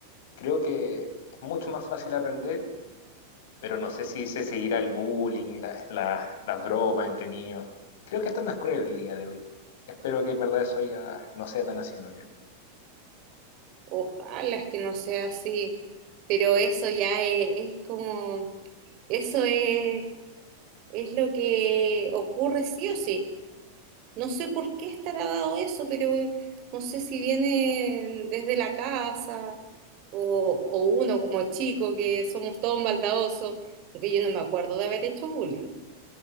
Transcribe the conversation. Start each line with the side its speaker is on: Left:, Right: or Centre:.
Left: Creo que es mucho más fácil aprender, pero no sé si se seguirá el bullying, las, las, las bromas entre niños. Creo que está más cruel el día de hoy. Espero que en verdad eso ya no sea tan así en realidad.
Right: Ojalá es que no sea así, pero eso ya es, es como, eso es, es lo que ocurre sí o sí. No sé por qué estará dado eso, pero no sé si viene desde la casa o, o uno como chico, que somos todos maldadosos, aunque yo no me acuerdo de haber hecho bullying.